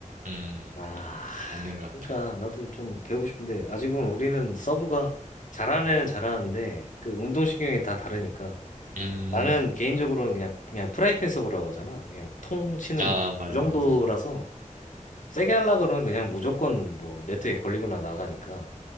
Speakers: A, on the right; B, on the left.
A: 음
B: 아,
A: 맞는 것
B: 그러니까
A: 같아.
B: 나도 좀 배우고 싶은데 아직은 우리는 서브가 잘하는 애는 잘하는데 그 운동신경이 다 다르니까
A: 음,
B: 나는 개인적으로는 그냥 그냥 프라이팬 서브라고 하잖아. 그냥 통 치는
A: 아, 맞아,
B: 그 정도라서
A: 맞아. 아,
B: 세게 하려고 그러면 그냥 무조건 뭐 네트에 걸리거나 나가니까